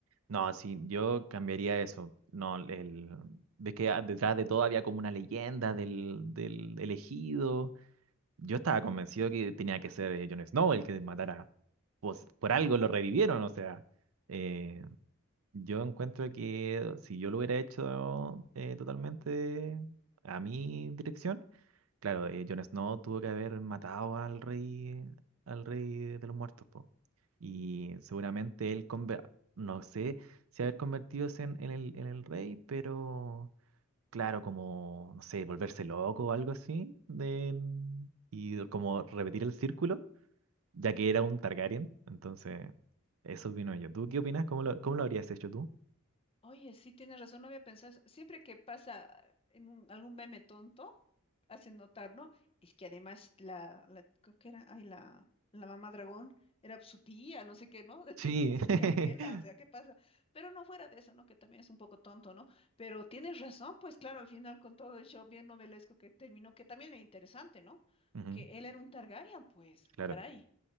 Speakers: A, on the right; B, on the left.
A: No, sí, yo cambiaría eso. No, el, ves que a- detrás de todo había como una leyenda del, del elegido. Yo estaba convencido que tenía que ser eh, Jon Snow el que matara. Pues por algo lo revivieron, o sea. eh, yo encuentro que si yo lo hubiera hecho eh, totalmente a mi dirección, Claro, eh, Jon Snow tuvo que haber matado al rey, al rey de los muertos, po. Y seguramente él, conver- no sé si haber convertido en, en el, en el rey, pero claro, como, no sé, volverse loco o algo así, de- y como repetir el círculo, ya que era un Targaryen, entonces eso opino yo. ¿Tú qué opinas? ¿Cómo lo, cómo lo habrías hecho tú?
B: Oye, sí, tienes razón, no había pensado eso. Siempre que pasa ah, en un- algún meme tonto, hacen notar, ¿no? Es que además la, la creo que era, ay, la, la mamá dragón era su tía, no sé qué, ¿no? <laughs> Tenía
A: Sí,
B: su
A: <laughs>
B: tía abuela, o sea, ¿qué pasa? Pero no fuera de eso, ¿no? Que también es un poco tonto, ¿no? Pero tienes razón, pues claro, al final con todo el show bien novelesco que terminó, que también era interesante, ¿no?
A: Ujú,
B: Que él era un Targaryen, pues,
A: claro.
B: caray.